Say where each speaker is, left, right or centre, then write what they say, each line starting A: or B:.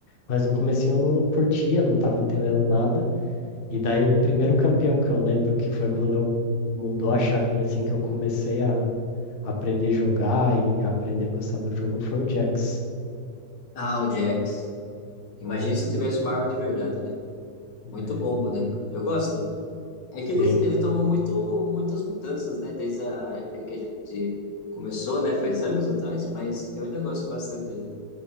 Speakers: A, on the left; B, on the left.
A: Mas no comecinho eu não curtia, não tava entendendo nada. E daí o primeiro campeão que eu lembro que foi quando eu mudou a chavinha assim que eu comecei a aprender a jogar e aprender a gostar do jogo foi o Jax.
B: Ah, o Jax. Imagina se eu tivesse uma arma de verdade, né?
A: né?
B: Muito bom o boneco. Eu gosto. É
A: Sim,
B: que ele, ele tomou muito, muitas mudanças, né? Desde a época que a gente começou, né? Faz anos atrás, mas eu ainda gosto bastante dele.